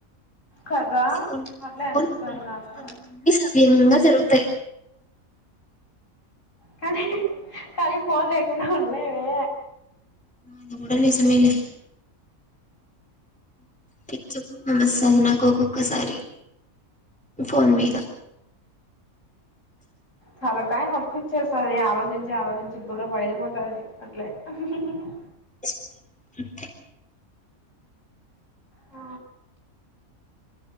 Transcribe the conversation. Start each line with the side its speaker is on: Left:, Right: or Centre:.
Left: కదా
Centre: ఫోన్
Left: అట్లే అనిపిస్తది
Centre: పగలు కొట్టేస్తే
Left: నాకు కూడా
Centre: అన్ని సవ్యంగా జరుగుతాయి
Left: కానీ హ్హ్ కానీ ఫోన్ లేకుండా ఉండలేమె
Centre: అది కూడా నిజమే లె పిచ్చు నమస్తార్ నాకు ఒక్కొక్కసారి ఫోన్ మీద
Left: తలకాయ నొప్పిచేస్తది ఆలోచించి ఆలోచించి బర్ర బయలిపోతుంది అట్లే హ్హ్హ్
Centre: ఎస్ అంతే
Left: ఆ